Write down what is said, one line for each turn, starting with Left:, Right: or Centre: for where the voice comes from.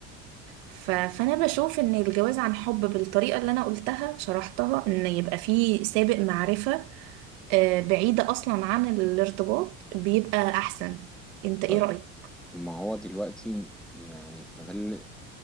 Right: ف- فانا بشوف ان الجواز عن حب بالطريقة اللي انا قلتها شرحتها ان يبقى فيه سابق معرفة آه، بعيدة اصلا عن الارتباط بيبقى احسن انت ايه
Centre: طيب
Right: رأيك؟
Centre: ما هو دلوقتي يعني ما ده اللي-